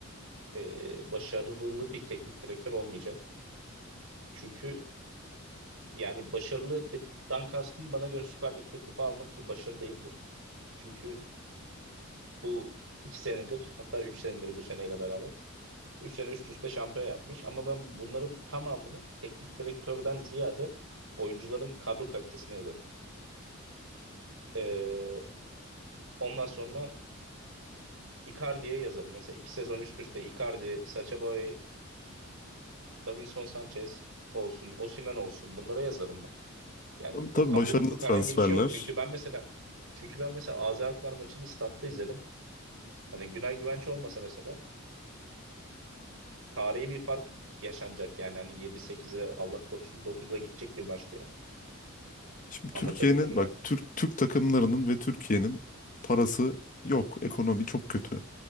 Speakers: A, on the right; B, on the left.
A: e, başarılı bir teknik direktör olmayacak. Çünkü yani başarılı dan kastım bana göre Süper Lig'de kupa almak bir başarı değildir. Çünkü bu iki senedir hatta üç senedir bu seneyle beraber üç sene üst üste şampiyon yapmış. Ama ben bunların tamamını teknik direktörden ziyade oyuncuların kadro kalitesine yazarım. E, ondan sonra Icardi'ye yazarım. Mesela iki sezon üst üste Icardi, Sacha Boey Davinson Sanchez olsun, Osimhen olsun bunlara yazarım ben. Yani
B: Ama tabii
A: Okan
B: başarılı
A: Burukluk
B: transferler.
A: herhangi bir şey yok. Çünkü ben mesela çünkü ben mesela AZ Alkmaar maçını statta izledim. Hani Günay Güvenç olmasa mesela tarihi bir fark yaşanacak yani. Hani yedi sekize Allah korusun 9'a gidecek bir maçtı yani.
B: Şimdi
A: Anlatabildim
B: Türkiye'nin bak
A: mi?
B: Türk Türk takımlarının ve Türkiye'nin parası yok. Ekonomi çok kötü.